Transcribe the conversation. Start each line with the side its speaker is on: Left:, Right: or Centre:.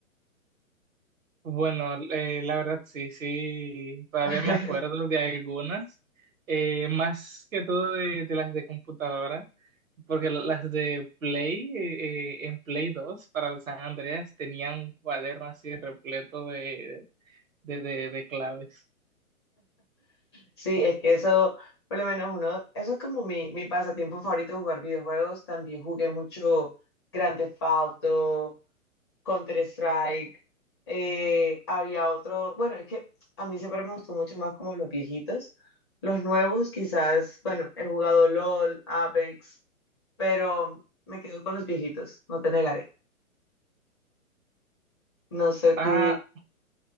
Right: Bueno, eh, la verdad sí, sí, todavía
Left: <laughs>
Right: me acuerdo de algunas, eh, más que todo de, de las de computadora, porque la- las de Play, eh, eh, en Play 2 para el San Andreas tenía un cuaderno así repleto de, de, de- de claves.
Left: Sí, es que eso, por lo menos uno, eso es como mi, mi pasatiempo favorito, jugar videojuegos. También jugué mucho Grand Theft Auto, Counter-Strike, eh, había otro, bueno, es que a mí siempre me gustó mucho más como los viejitos. Los nuevos quizás, bueno, he jugado LOL, Apex, pero me quedo con los viejitos, no te negaré. No sé tú,
Right: Ah,